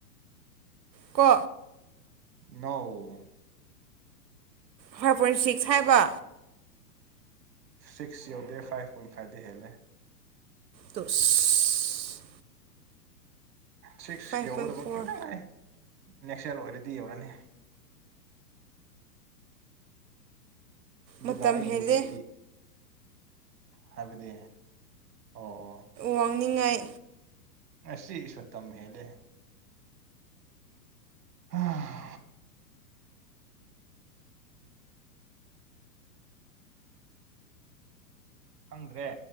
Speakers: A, on the right; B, on the right.
A: ꯀꯣ
B: ꯅꯣ
A: ꯐꯥꯏꯚ ꯄꯣꯏꯟ ꯁꯤꯛꯁ ꯍꯥꯏꯕ
B: ꯁꯤꯛꯁ ꯌꯧꯗꯦ ꯐꯥꯏꯚ ꯄꯣꯏꯟ ꯐꯥꯏꯚꯗꯤ ꯍꯦꯜꯂꯦ
A: ꯇꯨꯁ
B: ꯁꯤꯛꯁ
A: ꯐꯥꯏꯚ
B: ꯌꯧꯒꯗꯧꯕ
A: ꯄꯣꯏꯟ ꯐꯣꯔ
B: ꯈꯤꯇꯪ ꯉꯥꯏꯌꯦ ꯅꯦꯛꯁ ꯌꯔ ꯑꯣꯏꯔꯗꯤ ꯌꯧꯔꯅꯤ ꯑꯗꯨꯒ
A: ꯃꯇꯝ
B: ꯑꯩꯒꯤ
A: ꯍꯦꯜꯂꯦ
B: ꯋꯦꯠꯇꯤ ꯍꯥꯏꯕꯗꯤ ꯑꯣ ꯑꯣ
A: ꯋꯥꯡꯅꯤꯡꯉꯥꯏ
B: ꯑꯁꯤ ꯏꯁ ꯃꯇꯝ ꯍꯦꯜꯂꯦ ꯍꯥ ꯈꯪꯗ꯭ꯔꯦ